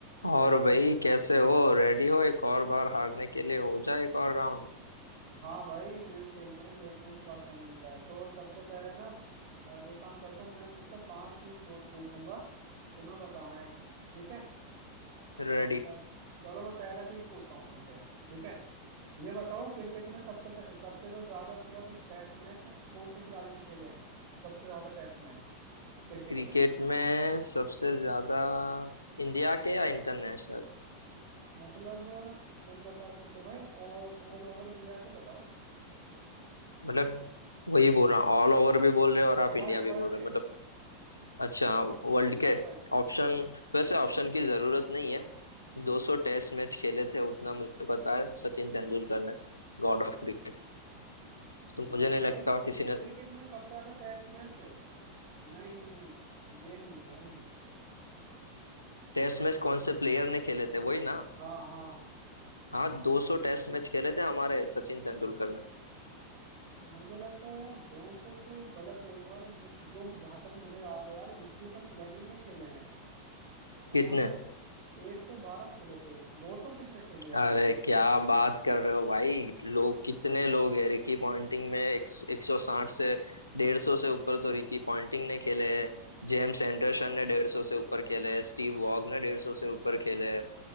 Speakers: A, on the left; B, on the right.
A: और भाई कैसे हो रेडी हो एक और बार हारने के लिए हो जाए एक और राउंड
B: हाँ भाई क्विज खेलते हैं देखते हैं इस बार कौन जीता है तो सबसे पहले ना अ, एक काम करता हूँ मैं तुमसे पांच क्विज पूछूंगा तुम्हें बताना है ठीक है और
A: रेडी
B: चल चलो मैं पहला क्विज पूछता हूँ तुमसे ठीक है ये बताओ क्रिकेट में सबसे पे- सबसे जो ज्यादा मतलब टेस्ट मैच कौन से खिलाड़ी ने खेले हैं सबसे ज्यादा टेस्ट मैच क्रिकेट
A: क्रिकेट
B: में
A: में सबसे ज्यादा इंडिया के या इंटरनेशनल
B: मतलब तुम बता सकते हो भाई और ऑल ओवर इंडिया के बताओ
A: मतलब वही बोल रहा हूँ ऑल ओवर भी बोल रहे हो और आप इंडिया
B: वर्ल्ड
A: भी
B: वर्ल्ड
A: बोल रहे
B: के
A: हो मतलब अच्छा
B: मतलब
A: वर्ल्ड
B: वर्ल्ड
A: के
B: वाइड
A: ऑप्शन वैसे ऑप्शन की जरूरत नहीं है 200 टेस्ट मैच खेले थे उतना मुझे पता है सचिन तेंदुलकर ने God of cricket तो
B: नहीं
A: मुझे नहीं
B: भाई
A: लगता
B: क्रि,
A: किसी
B: क्रिकेट
A: ने
B: में सबसे ज्यादा टेस्ट मैच है नहीं नहीं नहीं ये नहीं है भाई
A: टेस्ट मैच कौन से प्लेयर ने खेले थे वही ना
B: हाँ हाँ
A: हाँ 200 टेस्ट मैच खेले थे हमारे सचिन तेंदुलकर ने
B: मुझे लगता है यार 200 तो गलत है एक बार मुझे जो जहां तक मुझे याद है यार स्टीफन फ्लेमिंग ने खेले हैं उन्होंने
A: कितने
B: 112 खेले थे 200 किसने खेले यार
A: अरे
B: इतने
A: क्या बात कर रहे हो भाई लोग कितने लोग हैं रिकी पॉन्टिंग में एक, 160 से 150 से ऊपर तो रिकी पॉन्टिंग ने खेले हैं जेम्स एंडरसन ने 150 से ऊपर खेले हैं स्टीव वॉग ने 150 से ऊपर खेले हैं